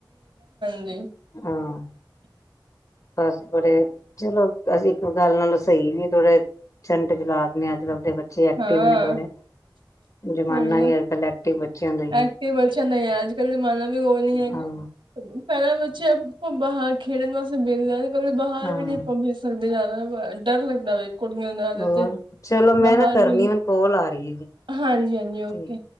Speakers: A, on the right (about 85°); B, on the left (about 40°).
A: <inaudible>
B: ਅ ਹਾਂ
A: <unintelligible>
B: ਬਸ ਬੜੇ ਚਲੋ ਇੱਕ ਗੱਲ ਨਾਲੋਂ ਸਹੀ ਵੀ ਥੋੜੇ ਚੈਂਟ ਚਾਲਕ ਨੇ ਅੱਜ-ਕੱਲ੍ਹ। ਬੱਚੇ ਐਕਟਿਵ
A: ਹਾਂ।
B: ਨੇ ਥੋੜੇ ਜਮਾਨਾ
A: ਹੋਰ ਨਾ
B: ਵੀ ਅੱਜ- ਕੱਲ ਐਕਟਿਵ ਬੱਚਿਆਂ ਦਾ ਹੀ ਹੈ
A: ਐਕਟਿਵ ਕੁੱਛ ਨਹੀਂ ਹੈ ਅੱਜ ਕੱਲ ਜ਼ਮਾਨਾ ਵੀ ਉਹ ਨੀ ਹੈ
B: ਹਾਂ
A: ਪਹਿਲਾਂ ਵਾਲਾ। ਆਪਾਂ ਬਾਹਰ ਖੇਡਣ ਵਾਸਤੇ ਵੇਖਦੇ ਹਾਂ ਬਾਹਰ
B: ਹਾਂ
A: ਵੀ ਨਹੀਂ ਆਪਾਂ ਵੇਖ ਸਕਦੇ ਜ਼ਿਆਦਾ ਡਰ ਲੱਗਦਾ। ਵੇ ਕੁੜੀਆਂ ਦਾ
B: ਹੋਰ
A: ਤੇ
B: ਚਲੋ
A: ਬਾਹਰ
B: ਮੈਂ ਨਾ ਕਰਨੀ
A: ਵੀ
B: ਮੈਨੂੰ ਕੋਲ ਆ ਰਹੀ ਹੈ ਜੀ
A: ਹਾਂਜੀ-ਹਾਂਜੀ, ਓਕੇ।
B: ਠੀਕ